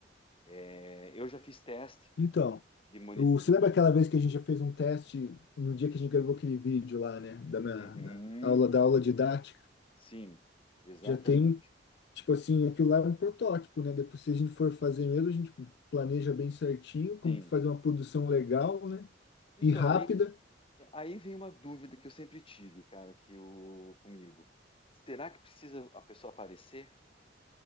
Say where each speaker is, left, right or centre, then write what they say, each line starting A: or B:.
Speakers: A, on the left; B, on the left.
A: É, eu já fiz teste
B: Então,
A: de monet
B: o, você lembra aquela vez que a gente já fez um teste no dia que a gente gravou aquele vídeo lá, né? Da minha
A: monetização.
B: da aula, da aula didática?
A: Sim, exatamente.
B: Já tem um Tipo assim, aquilo lá é um protótipo, né? Depois, se a gente for fazer mesmo, a gente planeja bem certinho como
A: Sim.
B: que fazer uma produção legal, né?
A: Então,
B: E rápida.
A: aí, aí vem uma dúvida que eu sempre tive, cara, que o comigo. Será que precisa a pessoa aparecer?